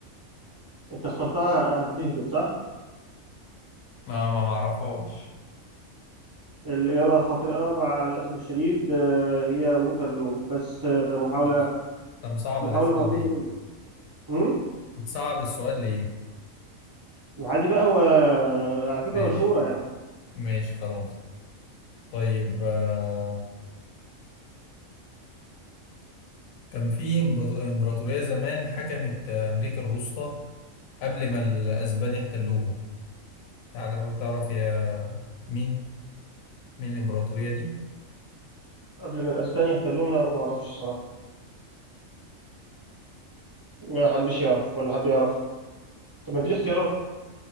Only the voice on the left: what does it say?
آه، ما معرفهاش
طب طب صعب
الأسئلة
دي
بتصعب السؤال ليه؟
ماشي
ماشي خلاص طيب آه، كان في إمبراط- إمبراطورية زمان حكمت آه، أمريكا الوسطى قبل ما الأسبان يحتلوهم تعرف تعرف يا مين مين الإمبراطورية دي؟